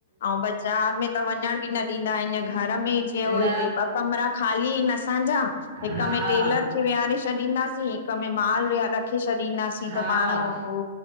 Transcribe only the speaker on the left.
अउं बज़ार त वञण बि न ॾींदा आहिनि। घर में जीअं
ॿ कमिरा ख़ाली आहिनि असांजा
हिक में टेलर खे विहारे छॾींदासीं। हिकमें माल वया रखे छॾींदासीं
त पाण उह